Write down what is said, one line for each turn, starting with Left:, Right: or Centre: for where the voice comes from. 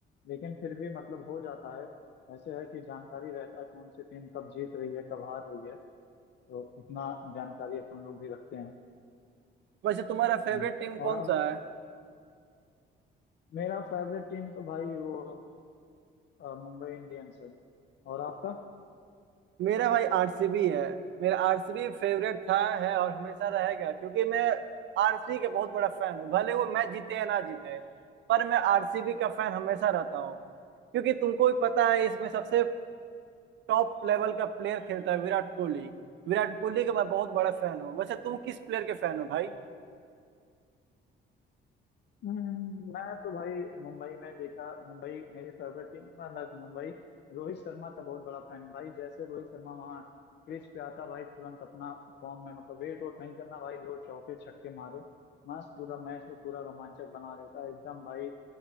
Left: लेकिन फिर भी मतलब हो जाता है ऐसे है कि जानकारी रहता है कौन सी टीम कब जीत रही है कब हार रही है तो इतना जानकारी अपन लोग भी रखते हैं
Right: वैसे तुम्हारा
Left: हम्म,
Right: फेवरेट टीम
Left: और
Right: कौन
Left: आप
Right: सा है
Left: मेरा फेवरेट टीम तो भाई वो अ, मुंबई इंडियंस है और आपका
Right: मेरा भाई आरसीबी है मेरा आरसीबी फेवरेट था है और हमेशा रहेगा क्योंकि मैं आरसीबी के बहुत बड़ा फैन हूँ भले वो मैच जीते या ना जीते पर मैं आरसीबी का फैन हमेशा रहता हूँ क्योंकि तुमको भी पता है इसमें सबसे टॉप लेवल का प्लेयर खेलता है विराट कोहली विराट कोहली का मैं बहुत बड़ा फैन हूँ वैसे तुम किस प्लेयर के फैन हो भाई
Left: हम्म, मैं तो भाई मुंबई में देखा मुंबई मेरी फेवरेट टीम मैं बस मुंबई रोहित शर्मा का बहुत बड़ा फैन हूँ भाई जैसे रोहित शर्मा वहाँ क्रीज पे आता भाई तुरंत अपना फॉर्म में मतलब वेट वोट नहीं करना भाई लो चौके छक्के मारो मस्त पूरा मैच को पूरा रोमांचक बना देता है एकदम भाई